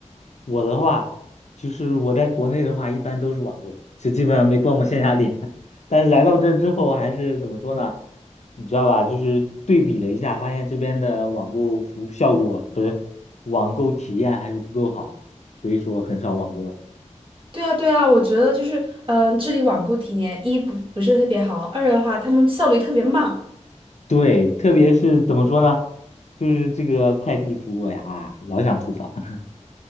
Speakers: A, on the left (about 65°); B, on the right (about 45°).
A: 我的话，就是我在国内的话，一般都是网购，就基本上没逛过线下店。<laughs> 但是来到这之后，还是怎么说呢？你知道吧？就是对比了一下，发现这边的网购服效果不是网购体验还是不够好，所以说很少网购了。
B: 对啊，对啊，我觉得就是，嗯、这里网购体验一不不是特别好，二的话他们效率特别慢。
A: 对，特别是怎么说呢？就是这个快递服务呀，啊，老想吐槽。<laughs>